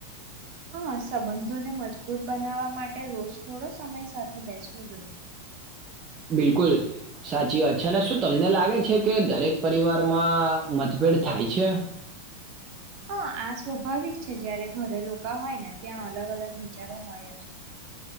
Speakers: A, on the right; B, on the right.
A: હા, સંબંધોને મજબૂત બનાવવા માટે રોજ થોડો સમય સાથે બેસવુ જોઈએ.
B: બિલકુલ સાચી વાત છે અને શું તમને લાગે છે કે, દરેક પરિવારમાં મતભેદ થાય છે?
A: હા, આ સ્વાભાવિક છે જયારે ઘરે લોકા હોય ને ત્યાં અલગ અલગ વિચારો હોય જ.